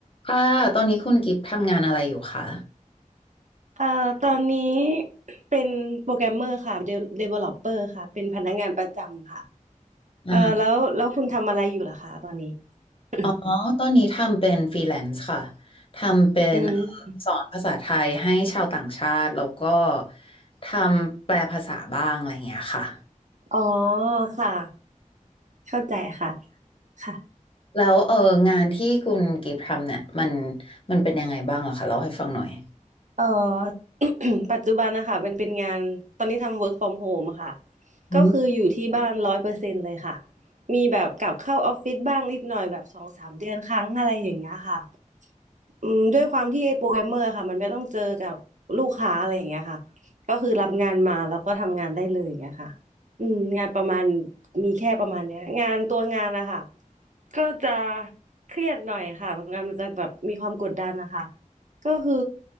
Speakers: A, on the left; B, on the right.
A: ค่ะตอนนี้คุณกิฟต์ทำงานอะไรอยู่คะ
B: เอ่อตอนนี้เป็นโปรแกรมเมอร์ค่ะเดเวลลอปเปอร์ค่ะเป็นพนักงานประจำค่ะ
A: อ่า
B: เอ่อแล้วแล้วคุณทำอะไรอยู่ล่ะคะตอนนี้ <coughs>
A: อ๋อ ตอนนี้ทำเป็นฟรีแลนซ์ค่ะ ทำเป็นเอ่อสอนภาษาไทยให้ชาวต่างชาติ
B: อืม
A: แล้วก็ทำแปลภาษาบ้างอะไรอย่างเงี้ยค่ะ
B: อ๋อค่ะเข้าใจค่ะค่ะ
A: แล้วเอองานที่คุณกิฟต์ทำเนี่ยมันมันเป็นยังไงบ้างเหรอคะเล่าให้ฟังหน่อย
B: เอ่อ <coughs> ปัจจุบันนะคะเป็นเป็นงานตอนนี้ทำ work from home อะค่ะ
A: อืม
B: ก็คืออยู่ที่บ้านร้อยเปอร์เซ็นต์เลยค่ะมีแบบกลับเข้าออฟฟิศบ้างนิดหน่อยแบบสองสามเดือนครั้งอะไรอย่างเงี้ยค่ะ อืมด้วยความที่ไอ้โปรแกรมเมอร์ค่ะมันไม่ต้องเจอกับลูกค้าอะไรอย่างเงี้ยค่ะก็คือรับงานมาแล้วก็ทำงานได้เลยอย่างเงี้ยค่ะอืมงานประมาณมีแค่ประมาณเนี้ยงานตัวงานนะคะก็จะเครียดหน่อยค่ะงานมันจะแบบมีความกดดันนะคะก็คือ